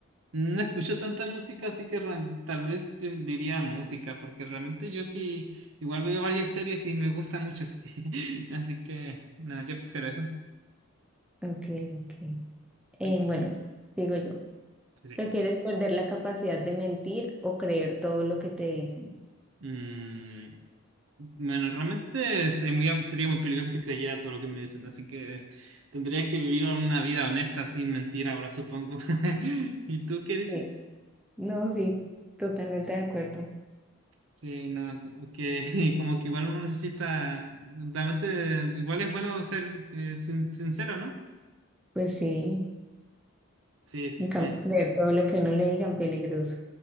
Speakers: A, on the right; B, in the centre.
A: No escucho tanta música, así que ra- tal vez te diría música, porque realmente yo sí, igual veo varias series y me gusta mucho, así que, <laughs> así que, no, yo prefiero eso.
B: Ok, ok. Eh,
A: Ok,
B: bueno, sigo yo.
A: Sí, sí.
B: ¿Prefieres perder la capacidad de mentir o creer todo lo que te dicen?
A: Mm, bueno, realmente sería, sería muy peligroso si creyera todo lo que me dicen, así que tendría que vivir una vida honesta, sin mentir ahora, supongo. <laughs> ¿Y tú qué
B: Sí,
A: dices?
B: no, sí, totalmente de acuerdo.
A: Sí, no, como que <laughs> como que igual uno necesita, realmente igual es bueno ser eh, sin- sincero, ¿no?
B: Pues sí,
A: Sí, sí.
B: en cambio,
A: eh,
B: creer todo lo que uno le digan peligroso.